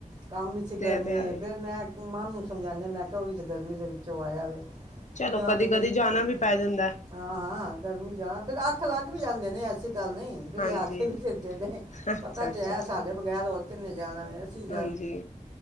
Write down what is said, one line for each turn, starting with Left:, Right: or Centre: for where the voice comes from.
Right: ਕੰਮ ਵਿਚ
Left: ਤੇ
Right: ਗਰਮੀ
Left: ਇਹ ਤੇ ਹੈ
Right: ਐ
Left: ਹੀ ਹੈ।
Right: ਫਿਰ ਮੈਂ ਮਨ ਨੂੰ ਸਮਝਾਣੇ, ਮੈਂ ਕਿਹਾ ਉਹ ਵੀ ਗਰਮੀ ਦੇ ਵਿੱਚੋਂ ਆਇਆ ਵੇ
Left: ਚਲੋ
Right: ਜਾਂ
Left: ਕਦੀ
Right: ਤੇ
Left: ਕਦੀ
Right: ਫਿਰ
Left: ਜਾਣਾ
Right: ਬ
Left: ਵੀ ਪੈ ਜਾਂਦਾ
Right: ਹਾਂ ਹਾਂ, ਗਰਮੀ ਜਾਂ ਫਿਰ ਆਖੇ ਲੱਗ ਵੀ ਜਾਂਦੇ ਨੇ ਐਸੀ ਗੱਲ ਨਹੀਂ ਫਿਰ
Left: ਹਾਂਜੀ
Right: ਲਿਆ ਕੇ ਵੀ ਦਿੰਦੇ ਨੇ
Left: ਅੱਛਾ
Right: ਪਤਾ ਤੇ
Left: ਅੱਛਾ
Right: ਐ ਸਾਡੇ ਬਗੈਰ ਹੋਰ ਕਿੰਨੇ ਜਾਣਾ ਵੇ ਅਸੀਂ ਤੇ
Left: ਹਾਂਜੀ,